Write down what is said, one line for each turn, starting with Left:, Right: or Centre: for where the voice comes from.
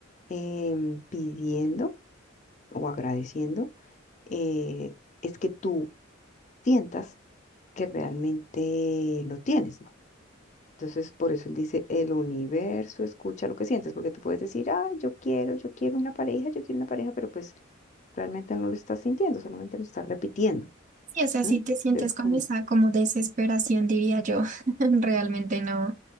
Left: em, pidiendo o agradeciendo, eh, es que tú sientas que realmente lo tienes, ¿no? Entonces, por eso él dice, el universo escucha lo que sientes, porque tú puedes decir, ah, yo quiero, yo quiero una pareja, yo quiero una pareja, pero pues realmente no lo estás sintiendo, solamente lo estás repitiendo.
Right: Sí, o sea,
Left: ¿m?
Right: si te sientes
Left: Es
Right: con
Left: como,
Right: esa como desesperación, diría yo, <laughs> realmente no,